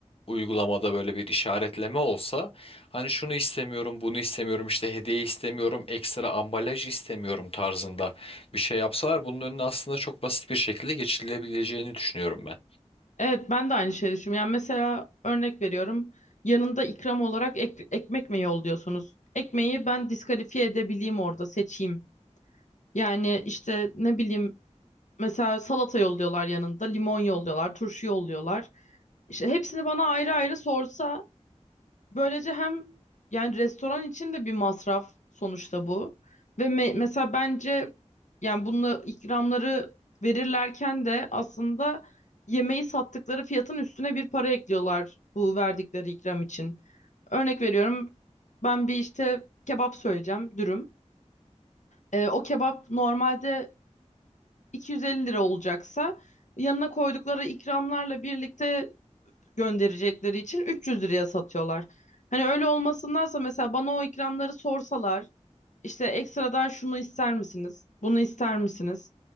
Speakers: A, on the left; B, on the left.
A: uygulamada böyle bir işaretleme olsa hani şunu istemiyorum, bunu istemiyorum, işte hediye istemiyorum, ekstra ambalaj istemiyorum tarzında bir şey yapsalar bunun önüne aslında çok basit bir şekilde geçilebileceğini düşünüyorum ben.
B: Evet ben de aynı şeyi düşünüyorum. Yani mesela örnek veriyorum. Yanında ikram olarak ek- ekmek mi yolluyorsunuz? Ekmeği ben diskalifiye edebileyim orada seçeyim. Yani işte ne bileyim Mesela salata yolluyorlar yanında, limon yolluyorlar, turşu yolluyorlar. İşte hepsini bana ayrı ayrı sorsa böylece hem yani restoran için de bir masraf sonuçta bu. Ve me- mesela bence yani bununla ikramları verirlerken de aslında yemeği sattıkları fiyatın üstüne bir para ekliyorlar bu verdikleri ikram için. Örnek veriyorum ben bir işte kebap söyleyeceğim dürüm. Ee, o kebap normalde 250 lira olacaksa yanına koydukları ikramlarla birlikte gönderecekleri için 300 liraya satıyorlar. Hani öyle olmasındansa mesela bana o ikramları sorsalar işte ekstradan şunu ister misiniz? Bunu ister misiniz?